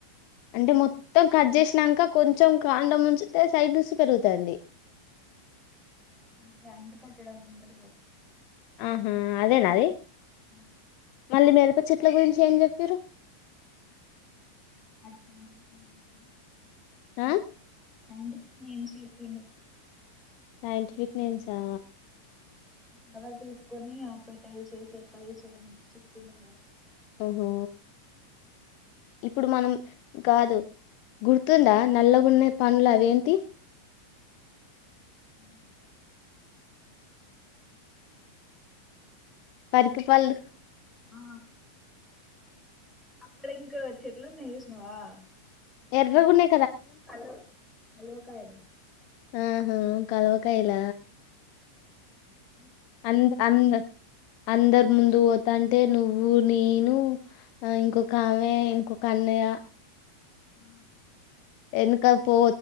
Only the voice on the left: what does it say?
అంటే మొత్తం కట్ చేసినాక కొంచెం కాండ ముంచితే సైడ్ చూసి పెరుగుతాడి
ఆహా అదేనా అది
మళ్ళీ మిరప చెట్ల గురించి ఏం చెప్తారు
ఆ
సైంటిఫిక్ నేమ్సా
ఆఓహో ఇప్పుడు మనం కాదు గుర్తుందా నల్లగున్న పనులు అవేంటి
పరికి పల్
ఎర గునే
ఆహా కాల్వ కాయల
అ అంద అందరు ముందు పోతాంటే నువ్వు నేను ఇంకొక ఆమె ఇంకొక అన్నయ్య
వెనక పో